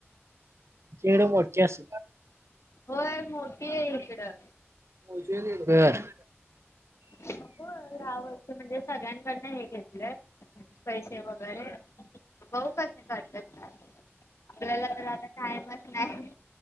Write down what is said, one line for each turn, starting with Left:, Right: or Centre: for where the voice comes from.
Right: ेड मोर्ची अस
Left: होय मोठी आहे इकडं
Right: हो
Left: अ या वर्षी म्हणजे सगळ्यांकडन हे घेतलंय पैसे वगैरे बऊ कसे कातात आपल्याला तर आता टाइमच नाही